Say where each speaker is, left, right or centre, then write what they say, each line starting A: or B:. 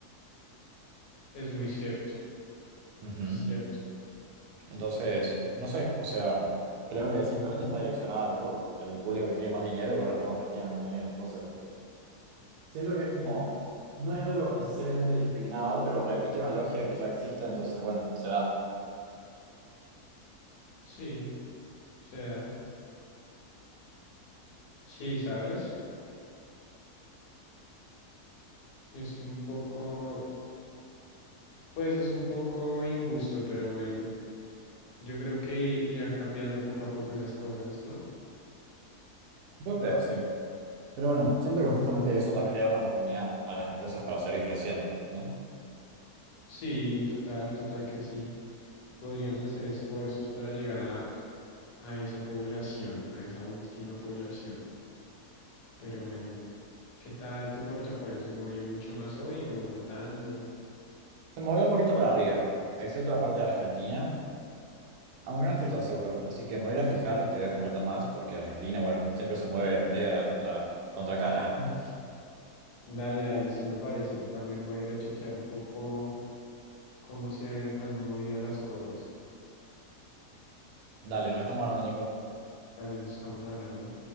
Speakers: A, on the left; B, on the right.
A: Es muy cierto,
B: Ujú.
A: cierto.
B: Entonces, no sé, o sea, creo que simplemente está direccionada al ru- el público que tiene más dinero y bueno, los hombres tienen más dinero. Entonces, siento que es como, no es algo necesariamente discriminador, pero repite una lógica que ya existe, entonces, bueno, se da.
A: Sí, o sea, sí, ¿sabes? Es un poco, pues es un poco injusto, pero bueno, yo creo que irán cambiando poco a poco esas cosas, ¿no?
B: Yo creo, sí. Pero bueno, siento que justamente eso también le da una oportunidad a las empresas para seguir creciendo, ¿no?
A: Sí, total, total que sí. Podrían hacer esfuerzos para llegar a, a esa población, a esa última población. Pero bueno, ¿qué tal tu portafolio? ¿Se movió mucho más hoy o no tanto?
B: Se movió un poquito para arriba, excepto la parte de Argentina, aunque no estoy tan seguro. Así que me voy a ir a fijar y te voy a comentar más, porque Argentina, bueno, siempre se mueve medio a la contra, contracara. <laughs>
A: Dale, dale, sí me parece. Yo también voy a ir a chequear un poco cómo se han movido las cosas.
B: Dale, nos
A: Dale,
B: estamos hablando, Nico.
A: dale, nos estamos hablando.